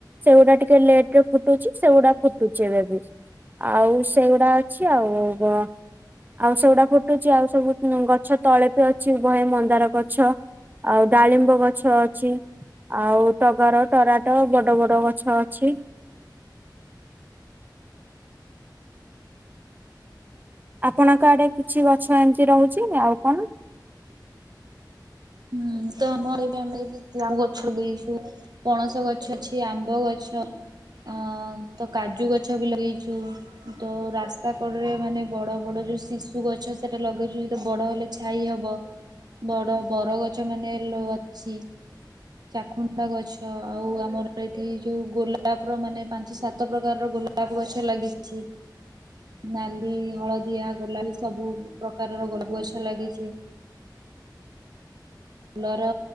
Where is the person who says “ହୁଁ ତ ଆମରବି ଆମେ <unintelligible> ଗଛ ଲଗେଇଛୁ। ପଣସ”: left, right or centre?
Right